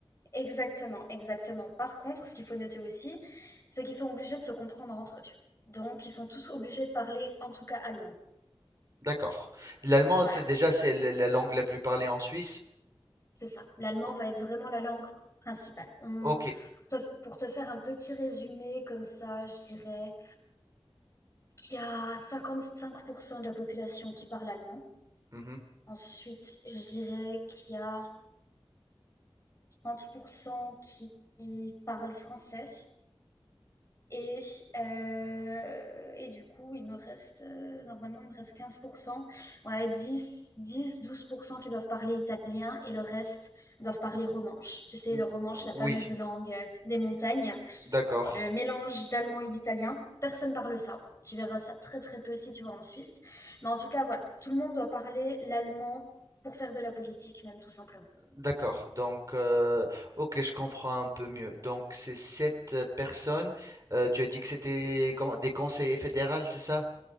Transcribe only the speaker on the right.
D'accord. L'allemand,
c'est déjà c'est la la langue la plus parlée en Suisse.
O-
ok.
Mhm.
Mm,
Oui,
d'accord.
D'accord. Donc, euh, ok, je comprends un peu mieux. Donc, c'est sept euh, personnes. Euh, tu as dit que c'était comment, des conseillers fédéraux, c'est ça?